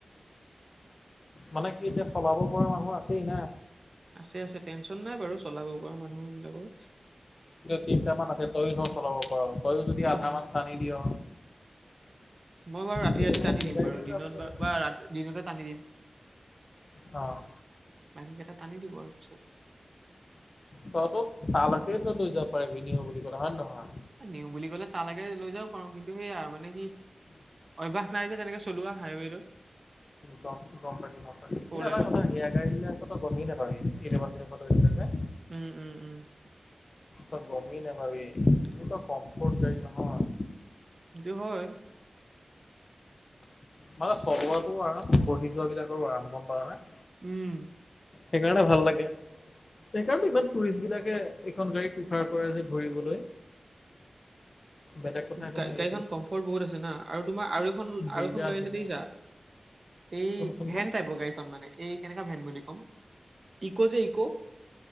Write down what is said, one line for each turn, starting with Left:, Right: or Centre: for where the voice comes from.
Left: মানে কি, এতিয়া চলাব পৰা মানুহ আছেই না।
Right: আছে, আছে। টেনশ্যন নাই বাৰু, চলাব পৰা মানুহবিলাকৰ।
Left: তিনিটা মান আছে, তইয়ো ধৰ, চলাব পাৰ। তইও যদি
Right: উম
Left: আধা মান টানি দিয়
Right: মই বাৰু ৰাতি
Left: তেনেকে
Right: ৰাতি টানি
Left: মিলাই
Right: দিম বাৰু
Left: মেলি
Right: দিনত
Left: যাব লাগিব
Right: বা দিনতে টানি দিম
Left: অ'
Right: বাকী কেইটা টানি দিব আৰু পিছত
Left: তইতো তালৈকে তই লৈ যাব পাৰে নিও বুলি ক'লে হয় নে নহয়
Right: নিওঁ বুলি ক'লে তাল লাগে লৈ যাব পাৰো কিন্তু সেইয়া মানে কি অভ্যাস নাই যে তেনেকে চলোৱা হাইৱেটোত
Left: গম পাইছোঁ গম পাইছোঁ
Right: ফ'ৰ লাইনত
Left: এয়া গাৰি ললে আকৌ টো গমেই নাপাবি ইউনিভাৰ্চিট ফালে গলে যে
Right: উম উম উম
Left: তই গমেই নাাপাবি এনেকুৱা কমফৰ্ট গাড়ী নহয়
Right: হেটো হয়
Left: মানে চলোৱাটো আৰাম বঢ়ি যোৱাটো আৰু আৰাম গম পাইছা নে
Right: উম
Left: সেইকাৰণে ভাল লাগে সেইকাৰণে ইমান টুৰিষ্ট বিলাকে এখন গাড়ী প্ৰিফাৰ কৰে যে ঘূৰিবলৈ বেলেগ কথা একো
Right: গা
Left: নাই
Right: গাড়ীখন
Left: এইটোৱে
Right: কম্ফৰ্ট বহুত আছে না আৰু তোমাৰ আৰু
Left: বিৰাট
Right: আৰুখন গাড়ী
Left: ধুনীয়া
Right: আছে দেখিছা এই
Left: কোনখন
Right: ভেন
Left: বা
Right: টাইপৰ গাড়ীখন মানে এই কেনেকা ভেন বুলি ক'ম ইক' যে ইক